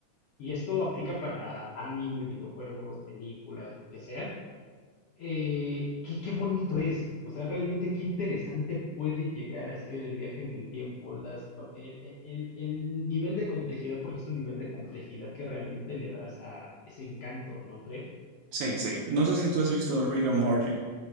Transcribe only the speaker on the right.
Sí, sí. No sé si tú has visto Rick and Morty.